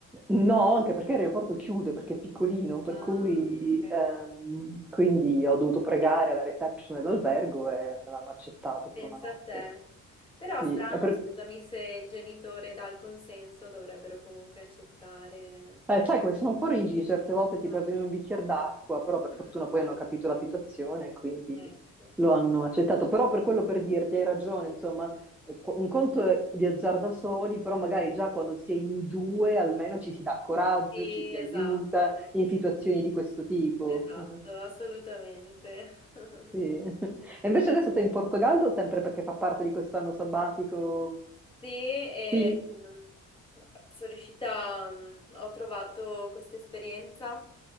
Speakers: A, in the centre; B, on the left (about 15°).
A: No, anche perché l'aeroporto chiude, perché è piccolino, per
B: Ah,
A: cui
B: ok.
A: ehm, quindi ho dovuto pregare alla reception dell'albergo e me l'hanno accettato
B: Pensa
A: per una notte.
B: a te. Però
A: Sì,
B: strano,
A: è per-
B: scusami, se il genitore dà il consenso, dovrebbero comunque accettare.
A: Eh, sai come sono un po' rigidi, certe volte si
B: Ah,
A: perdono in un bicchiere d'acqua, però per
B: <laughs>
A: fortuna poi hanno capito la situazione, quindi
B: Ecco.
A: lo hanno accettato. Però per quello per dirti, hai ragione, insomma, eh, qu- un conto è viaggiare da soli, però magari già quando si è in due almeno ci si dà coraggio,
B: Sì,
A: ci si
B: esatto,
A: aiuta in situazioni di questo tipo.
B: esatto,
A: Ah,
B: assolutamente. <laughs>
A: Sì. <laughs> E invece adesso sei in Portogallo, sempre perché fa parte di questo anno sabbatico?
B: Sì, e,
A: Sì.
B: ehm, sono riuscita, mm, ho trovato questa esperienza